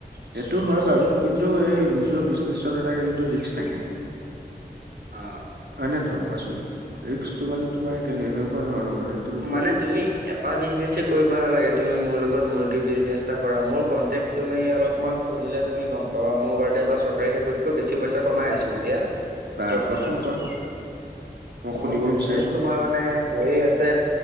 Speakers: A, on the right; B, on the right.
A: সেইটো হয় বাৰু কিন্তু এই নিজৰ বিজনেছত এটা কিন্তু ৰিস্ক থাকে।
B: অ।
A: হয় নে নহয় কোৱাচোন ৰিক্সটো মানে তোমাৰ কেনে এনেকুৱা ধৰণৰ মানে
B: মানে তুমি এটা বিজনেছে কৰিবা লাগে, তুমি মোৰ লগত মুৰ্গী বিজনেচ এটা কৰা। মোৰ কনটেক্ট তুমি অলপমান শুনিলে তুমি গম পাবা মোৰ বাৰে এটা চৰকাৰী চাকৰিতকৈ বেছি পইচা কমাই আছো, এতিয়া।
A: বা
B: বৰ্তমান
A: কোৱাচোন কোৱা মই
B: মোৰ
A: শুনিব
B: বিজনেছ
A: বিচাৰিছো
B: তোমাৰ মানে হেৰি আছে